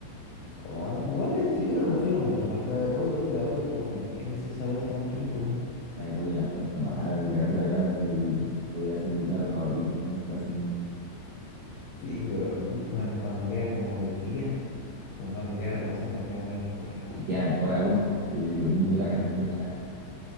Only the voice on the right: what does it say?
La de pollo la encuentro mala, voy a ir a hacer la carne y me- voy a hacer mi plato favorito muy fácilmente.
Y
queda mejor aún, eh, lo mismo que
la carne mechada.